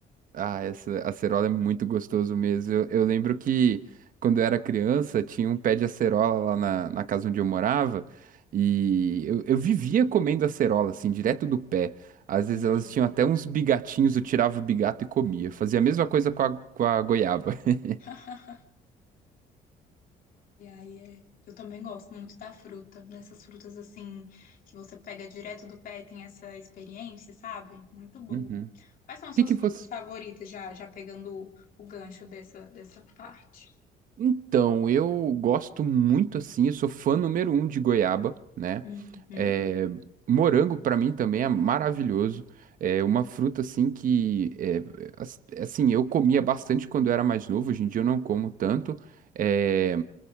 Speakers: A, on the right; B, on the left.
A: Ah, essa acerola é muito gostoso mesmo. Eu, eu lembro que quando eu era criança tinha um pé de acerola lá na, na casa onde eu morava e eu, eu vivia comendo acerola, assim, direto do pé. Às
B: Uhum.
A: vezes elas tinham até uns bigatinhos, eu tirava o bigato e comia. Eu Fazia a mesma coisa com a, com a goiaba. <laughs>
B: <laughs> Ai, ai, é. Eu também gosto muito da fruta, dessas frutas assim, que você pega direto do pé e tem essa experiência, sabe? Muito bom.
A: Uhum. O Uhum.
B: Quais são as
A: que
B: suas
A: que você,
B: frutas favoritas, já, já pegando o, o gancho dessa, dessa parte?
A: Então, eu gosto muito assim, eu sou fã número um de goiaba, né?
B: Uhum.
A: É, morango pra mim também é maravilhoso. É uma fruta assim que, é, as- assim, eu comia bastante quando eu era mais novo, hoje em dia eu não como tanto. É,